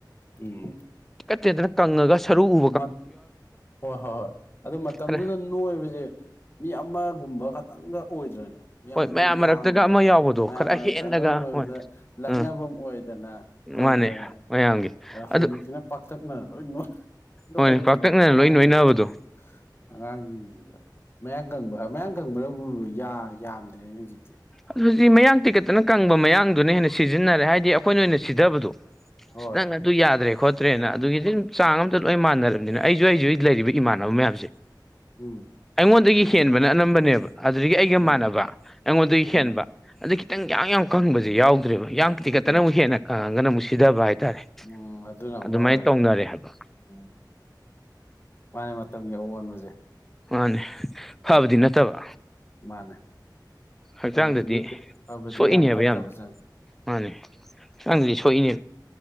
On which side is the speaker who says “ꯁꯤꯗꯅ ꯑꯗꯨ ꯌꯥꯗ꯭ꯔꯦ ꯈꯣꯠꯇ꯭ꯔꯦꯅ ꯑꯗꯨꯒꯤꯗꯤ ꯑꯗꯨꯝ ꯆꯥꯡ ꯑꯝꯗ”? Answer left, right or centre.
Centre